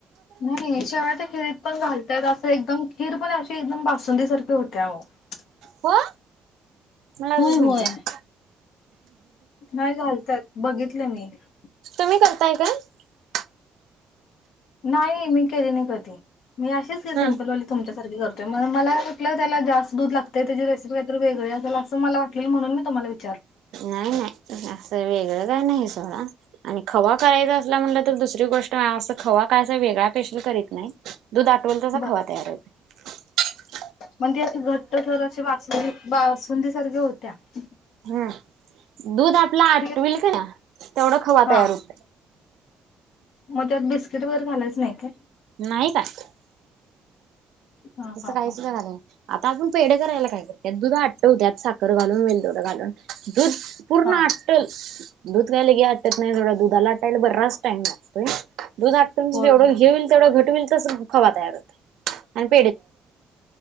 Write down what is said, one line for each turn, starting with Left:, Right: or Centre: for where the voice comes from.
Left: नाही शेवाटच्या खेरीत पण घाल त्यात असं एकदम खीर पण -अ एकदम बासुंदी सारख्या होत्या हो. <inaudible>
Right: हो मला आजच
Left: होय -होय
Right: माहित झालं
Left: नाही, घालतात बघितलं लं मी <unintelligible>
Right: तुम्ही करताय काय? <inaudible>
Left: नाही मी केले नाही कधी. मी असेच का सिम्पलले
Right: हा
Left: तुमच्यात. <unintelligible> ठरलं होतं ना मला आलं. <unintelligible> आपलं त्याला जास्त दूध लागते त्याची रेसिपी तर वेगळी असेल असं मला म्हून मी तुला <unintelligible>
Right: नाही नाही असं वेगळं काय नाही आणि खवा करायचा असला, म्हटलं तर दुसरी गोष्ट अस खवा कायचा वेगळा पेशल करीत नाही. दूध आठवून तस
Left: बस
Right: खावा तयार होत. <inaudible>
Left: म्हणजे अस घट्ट सर अे बसुंदी बसुंदी सारख्या होत्या- <inaudible>
Right: हा दुध आ- <unintelligible> <unintelligible> आपला- आटल
Left: हे
Right: का तेवढा खवा
Left: हा
Right: तयार होत.
Left: मग त्यात बिस्किट वगर घालायच नाही का?
Right: नाही काय <inaudible>
Left: हा
Right: तसं
Left: हा
Right: काहीच
Left: हा
Right: का झा नाही आता आपजण पेढ करायला काय कर- <unintelligible> त्यात दुध आटवत्यात साखर घालून, वेंलदोड घालून, <inaudible> दुध पूर्ण
Left: हा
Right: आट्टल दूध <unintelligible> कायले घ्याच त्यात नाही थोडा दुधा आटायला बर रास <unintelligible> टाइम लागतोय दूध आटल
Left: होय
Right: जेवढं
Left: होय
Right: हे व्हील तेवढं घट व्हील तसं खवा तयार होतय